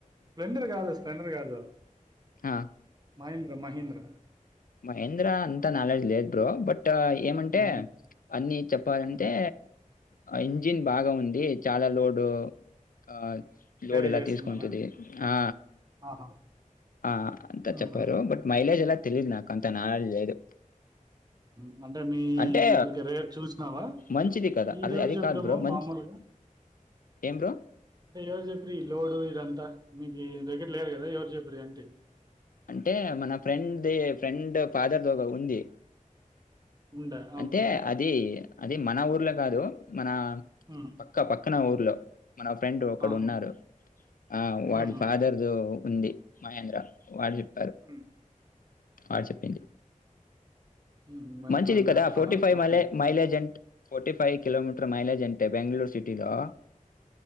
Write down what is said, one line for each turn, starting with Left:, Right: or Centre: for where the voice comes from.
Right: స్ప్లెండర్ కాదు స్ప్లెండర్ కాదు
Left: ఆ!
Right: మై మహీంద్ర
Left: మహేంద్ర అంతా నాలెడ్జ్ లేద్ బ్రో బట్ ఇ ఏమంటే
Right: హుహు.
Left: అన్ని చెప్పాలంటే
Right: హ్మ్.
Left: ఇంజిన్ బాగా ఉంది చాలా లోడ్ ఆ లోడ్
Right: క్యారీ
Left: ఎలా
Right: చేస్తుందనా?
Left: తీసుకుంటది ఆ
Right: ఆహా!
Left: ఆ అంత
Right: హుహు.
Left: చెప్పారు బట్ మైలేజ్ ఎలా తెలిద్ నా కొంత నాలెడ్జ్ లేదు
Right: మ్ అంటే మీ
Left: అంటే
Right: ఎవరికి రేపు చూసినావా,
Left: మంచిది కదా!
Right: మీ ఇది
Left: అది
Right: ఎవరు
Left: అది
Right: చెప్పరమో
Left: కాదు బ్రో. మంచి
Right: మామూలుగా,
Left: ఏం బ్రో?
Right: అంటే ఎవరు చెప్పారు ఈ లోడు ఇదంతా. మీకు దగ్గర లేరు కదా ఎవరు చెప్పారి అంటి
Left: అంటే మన ఫ్రెండ్ దే ఫ్రెండ్ ఫాదర్ తో ఉంది
Right: ఉండా
Left: అంటే
Right: ఓకే.
Left: అది అది మన ఊర్లో కాదు మన
Right: హ్మ్.
Left: పక్కా పక్కనా ఇంట్లో మన ఫ్రెండ్ ఒకడు
Right: ఆహా!
Left: ఉన్నాడు ఆ వాడి
Right: హుహు.
Left: ఫాదర్ ఉంది మహేంద్ర వాడు చెప్
Right: హమ్
Left: ఆ చెప్పింది.
Right: హుహు. మంచి
Left: మంచిది
Right: బండి
Left: కదా
Right: అట్లనా?
Left: Forty five
Right: okay.
Left: మలే మైలేజెంట్ ఫోర్టీ ఫైవ్ కిలోమీటర్ మైలేజ్ అంటే బెంగళూరు సిటీలు